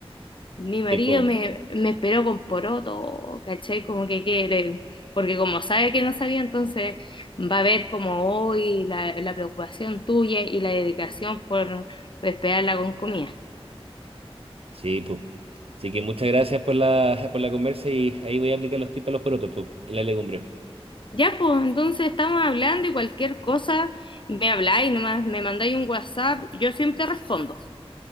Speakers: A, on the left; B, on the right.
A: mi marido
B: Sí, po.
A: me, me esperó con poroto, ¿cachai? Como que quiere, porque como sabe que no sabía, entonces va a ver como hoy la, la preocupación tuya y la dedicación por, por esperarla con comida.
B: Sí, po. Así que muchas gracias por la, por la conversa y ahí voy a aplicar los tips a los porotos, po, y la legumbre.
A: Ya, pues, entonces estamos hablando y cualquier cosa, me habláis nomás, me mandáis un WhatsApp, yo siempre respondo,